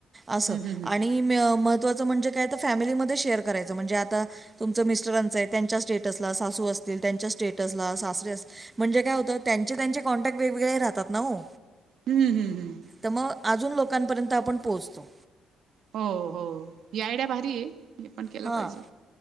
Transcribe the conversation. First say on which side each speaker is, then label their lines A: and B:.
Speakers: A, on the right; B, on the right.
A: असं
B: हम्म हम्म हम्म
A: आणि म महत्त्वाचं म्हणजे काय तर फॅमिलीमध्ये शेअर करायचं म्हणजे आता तुमचं मिस्टरांचं आहे त्यांच्या स्टेटसला, सासू असतील त्यांच्या स्टेटसला, सासरे असती म्हणजे काय होतं त्यांचे त्यांचे कॉन्टॅक्ट वेगवेगळे राहतात ना ओ
B: हम्म हम्म हम्म.
A: तर मग अजून लोकांपर्यंत आपण पोहोचतो.
B: हो हो ही आयडिया भारी आहे. हे पण केल
A: हां.
B: पाहिजे